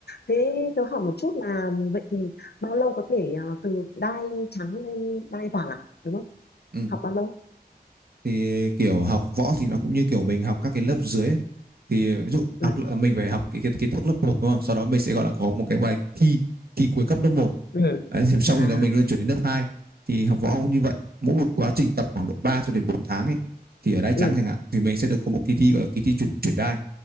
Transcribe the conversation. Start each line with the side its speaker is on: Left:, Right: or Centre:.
Left: Thế tớ hỏi một chút là vậy thì bao lâu có thể à, từ đai trắng lên đai vàng à, đúng không?
Right: ừ.
Left: Học bao lâu?
Right: thì kiểu học võ thì nó cũng như kiểu mình học các cái lớp dưới ấy. thì ví dụ
Left: Ừ,
Right: học mình phải học cái kiến kiến thức lớp một đúng không sau đó mình sẽ gọi là có một cái bài thi thi cuối cấp lớp một
Left: ừ,
Right: đấy thì xong
Left: à,
Right: rồi đó mình lại chuyển đến lớp hai thì học võ cũng như vậy mỗi một quá trình tập khoảng độ 3 cho đến 4 tháng ấy thì ở đai trắng
Left: ừ,
Right: chẳng hạn thì mình sẽ được có một kỳ thi gọi là kỳ thi chuyển chuyển đai